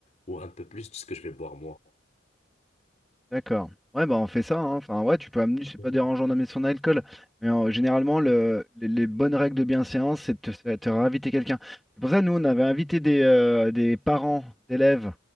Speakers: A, on the left; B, in the centre.
A: ou un peu plus de ce que je vais boire moi.
B: d'accord. Ouais, bah on fait ça, hein. Enfin, ouais, tu peux amener, c'est
A: Ouais.
B: pas dérangeant d'amener son alcool. Mais euh, généralement, le, les, les bonnes règles de bienséance, c'est de te, c'est de te réinviter quelqu'un. C'est pour ça, nous, on avait invité des, euh, des parents d'élèves.